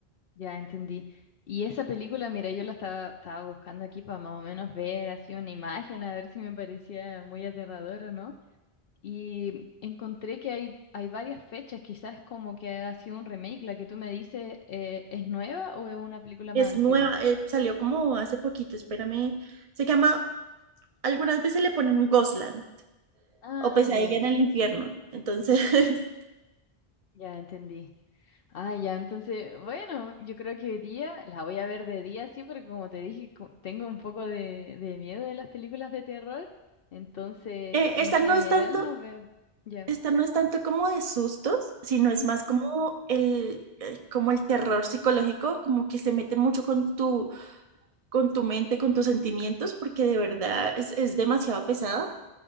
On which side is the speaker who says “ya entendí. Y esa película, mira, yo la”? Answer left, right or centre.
Left